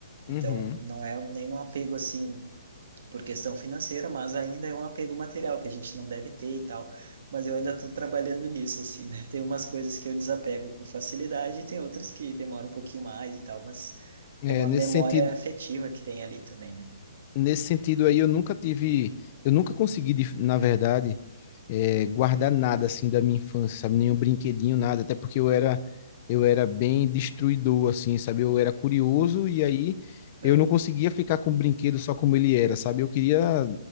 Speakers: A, on the right (about 60°); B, on the left (about 30°).
A: Então,
B: Uhum.
A: não é nenhum apego assim por questão financeira, mas ainda é um apego material que a gente não deve ter e tal. Mas eu ainda estou trabalhando nisso, assim, né? Tem umas coisas que eu desapego com facilidade e tem outras que demoram um pouquinho mais e tal, mas
B: É,
A: é uma
B: nesse
A: memória
B: sentido
A: afetiva que tem ali também, né?
B: nesse sentido aí eu nunca tive, eu nunca consegui, de- na verdade, eh, guardar nada assim da minha infância, sabe? Nenhum brinquedinho, nada, até porque eu era, eu era bem destruidor, assim, sabe? Eu era curioso e aí
A: Uhum,
B: eu não conseguia ficar com o brinquedo só como ele era, sabe? Eu queria